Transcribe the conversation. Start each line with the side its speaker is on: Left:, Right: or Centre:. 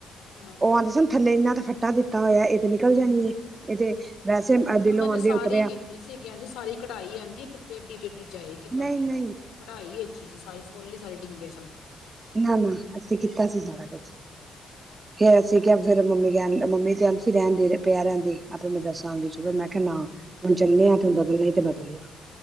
Left: ਹਾਂ।
Right: ਉਹ ਆਉਂਦੇ ਸਨ ਥੱਲੇ ਇਹਨਾਂ ਤੇ ਫੱਟਾ ਦਿੱਤਾ ਹੋਇਆ ਏ, ਇਹ ਤੇ ਨਿਕਲ ਜਾਨਗੀ। ਓਹ ਤੇ ਵੈਸੇ <inaudible>
Left: ਉਹਨਾਂ ਨੇ ਸਾਰੇ
Right: ਉਤਰਿਆ
Left: ਹੀ ਕੀਤੀ ਸੀਗੀਆਂ, ਜੀ ਸਾਰੀ ਕਢਾਈ ਆਉਂਦੀ ਫਿਰ ਟੇਡੀ ਟੇਡੀ ਜਾਏਗੀ ਤੁਹਾਡੀ।
Right: ਨਹੀਂ ਨਹੀਂ
Left: ਕਢਾਈ ਹੀ ਅਛੀ ਸੀ, ਸਾਰੇ ਫੁੱਲ ਹੀ ਸਾਰੇ ਟੇਡੇ ਸਨ।
Right: ਨਾ-ਨਾ ਅਸੀ ਕੀਤਾ ਸੀ ਸਾਰਾ ਕੁਛ, ਤੇ
Left: ਪਤਾ
Right: ਅਸੀ
Left: ਨੀ
Right: ਕਿਹਾ ਫਿਰ ਮੰਮੀ <unintelligible> ਮੰਮੀ ਕਹਿੰਦੀ ਸੀ ਰਹਿੰਦੀ ਰਹਿ, ਪਿਆ ਰਹਿੰਨ ਦੇ। ਆਪੇ ਮੈਂ ਦੱਸਨਾ ਹੁੰਦਾ ਸੀ ਫਿਰ ਮੈਂ ਕਿਹਾ ਨਾ। ਬਈ ਚੱਲੇ, ਫਿਰ ਬਦਲਨੀ ਹੈ ਤੇ ਬਦਲਿਆ।